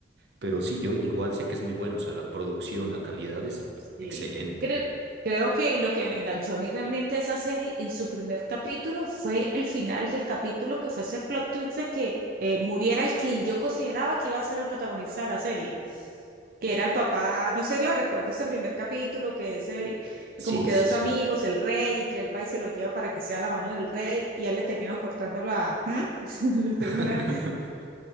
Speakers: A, on the right (about 70°); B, on the right (about 50°).
A: pero sí, yo igual sé que es muy bueno. O sea, la producción, la calidad es
B: Sí.
A: excelente.
B: Creo, creo que lo que me enganchó a mí realmente esa serie en su primer capítulo fue el final del capítulo, que fue ese plot twist de que eh, muriera el quien yo consideraba que iba a ser el protagonista de la serie, que era el papá, no sé, ¿lo recuerdas el primer capítulo? Que es el,
A: Sí,
B: como que
A: sí,
B: dos
A: sí.
B: amigos, el rey, y que él va y se lo lleva para que sea la mano del rey, y a él le terminan cortando la, ¿Mm? <laughs> lo terminan
A: <laughs>